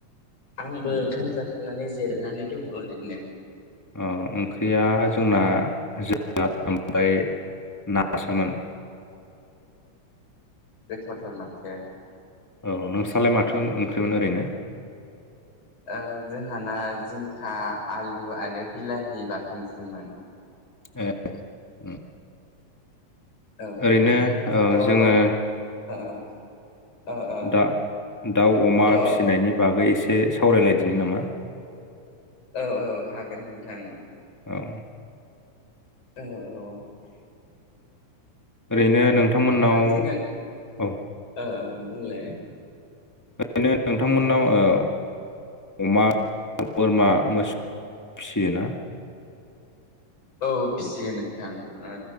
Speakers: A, on the left; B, on the left.
A: आंबो ओंखाम जाखां नानै जिरनानै दङ ओरैनो
B: अ ओंख्रिया जोंना जोगोनाथ <unintelligible> ना सोमोन।
A: गोथावथार माथो
B: औ नोंस्रालाय माथो ओंख्रिमोन ओरैनो
A: ओ जोंहाना जिंखा आलु आरो बिलाहि बाथोनसोमोन
B: <unintelligible>
A: औ
B: ओरैनो
A: औ त' ओ
B: जोङो
A: ओ ओ ओ
B: द-दाउ अमा
A: थ'
B: फिसिनायनि बागै एसे सावरायलायदिनो नामा?
A: औ औ हागोन नोंथां।
B: औ
A: औ औ
B: ओरैनो
A: ओ
B: नोंथांमोननाव
A: नोंथाङा सिगां
B: औ
A: ओ बुंलाय
B: ओरैनो नोंथांमोननाव ओ अमा, बोरमा, मोसौ फिसियोना?
A: औ फिसियो नोंथां ओ